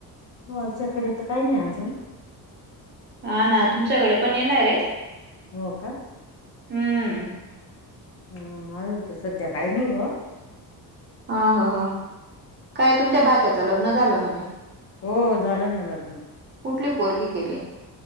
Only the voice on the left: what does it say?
हो आलच्याकडे तर काही नाही अजून.
हो का?
हम्म अजून त सध्या काही नाही बवा.
हो झाल ना लग्न.